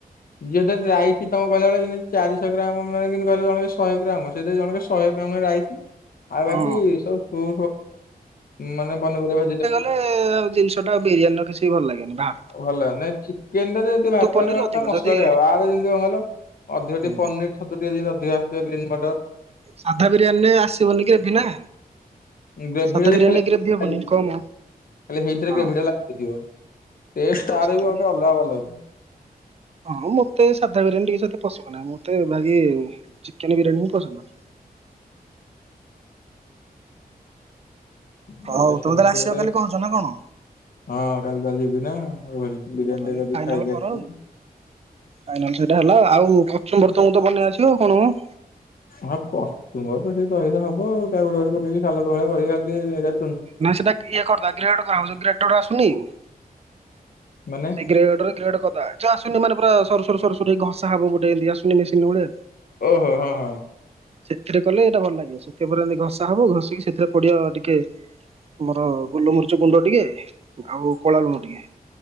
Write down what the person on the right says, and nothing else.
ହଁ।
ଏଁ ଜିନିଷ ଟା ବିରିୟାନୀ ର କିଛି ବି ଭଲ ଲାଗେନି ବା
ପନିର ଅଧିକ
ଯଦି
ହୁଁ
ସାଧା ବିରିୟାନୀରେ ଆସିବନି ଗ୍ରେଭି ନା?
ସାଧା
ବିରିୟାନୀରେ
ଗ୍ରେଭି ହବନି
କମ
ହଁ
ହଁ
ସେଥିପାଇଁ
ହଁ ମୋତେ ସାଧା ବିରିୟାନୀ ଟିକେ ସେତେ ପସନ୍ଦ ନାହିଁ ମୋତେ ବାକି ଚିକେନ ବିରିୟାନୀ ହିଁ ପସନ୍ଦ। ହଉ
ତମେ ତାହାଲେ ଆସିବ
କାଲି କହୁଚ ନା କଣ?
ହଉ ତାହେଲେ
ଫାଇନାଲ
କର
ଫାଇନାଲ ସେଇଟା ହେଲା ଆଉ କଚୁମ୍ବର୍ ତ ମତେ ବନେଇ ଆସିବ ଆଉ କଣ ମ।
ନାଇଁ ସେଟା ଇଏ କରିଦେବା ଗ୍ରେଟ କରାହେବ ଯୋଉ ଗ୍ରେଟର ଆସୁନି କି।
ଗ୍ରେଟ ରେ ଗ୍ରେଟ କରିଦେବା ଯୋଉ ଆସୁନି ମାନେ ପୁରା ସରୁ ସରୁ ସରୁ ସରୁ ଘଷା ହେବ ଗୋଟେ ଏମିନ୍ତି ଆସୁ ନି ମେସିନି ଭଳିଆ।
ସେଥିରେ କଲେ ଏଇଟା ଭଲ ଲାଗିବ ସେଥି ପରେ ଏମିତି ଘଷା ହବ ଘଷିକି ସେଥିରେ ପଡିବ ଟିକେ ଆମର ଗୋଲମରିଚ ଗୁଣ୍ଡ ଟିକେ ଆଉ କଳା ଲୁଣ ଟିକେ।